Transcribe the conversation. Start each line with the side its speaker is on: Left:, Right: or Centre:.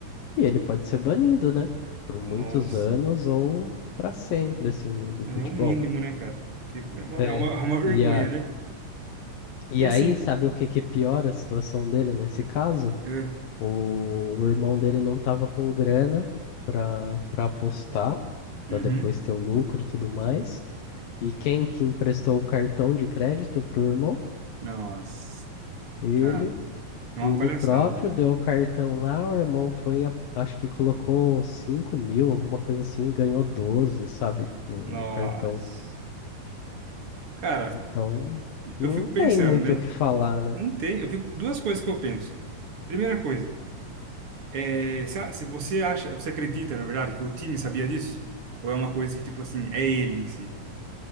Left: e ele pode ser banido, né? Por muitos
Right: Nossa.
Left: anos ou para sempre, assim, do, do
Right: É
Left: futebol.
Right: o mínimo, né, cara? Que é uma,
Left: É.
Right: é uma, <laughs> é uma vergonha,
Left: E, a,
Right: né?
Left: e
Right: E assim.
Left: aí, sabe o que que piora a situação dele nesse caso?
Right: É.
Left: O, o irmão dele não tava com grana para para apostar, para
Right: Uhum.
Left: depois ter o lucro e tudo mais. E quem que emprestou o cartão de crédito pro irmão?
Right: Nossa,
Left: Ele
Right: cara, é uma
Left: Ele
Right: palhaçada.
Left: próprio deu o cartão lá, o irmão foi, a- acho que colocou 5 mil, alguma coisa assim, ganhou 12, sabe, no,
Right: Nossa.
Left: no cartão.
Right: Cara,
Left: Então, não
Right: eu fico pensando,
Left: tem muito
Right: né?
Left: o que falar, né?
Right: Não tem. Eu fico, duas coisas que eu penso. Primeira coisa, é, se, a- se você acha, você acredita, na verdade, que o time sabia disso? Ou é uma coisa que, tipo assim, é ele em si?